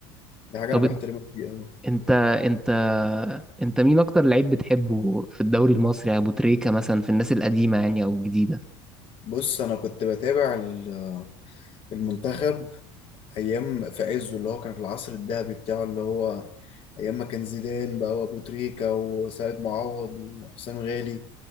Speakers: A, on the left; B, in the centre.
A: دي حاجة
B: طب
A: انا بحترمك
B: إن-
A: فيه قوي
B: أنت أنت أنت مين أكتر لعيب بتحبه في الدوري المصري أبو تريكة مثلا في الناس القديمة يعني أو الجديدة
A: بص انا كنت بتابع ال- المنتخب ايام في عزه اللي هو كان في العصر الذهبي بتاعه اللي هو ايام ما كان زيدان بقى وابو تريكة وسيد معوض وحسام غالي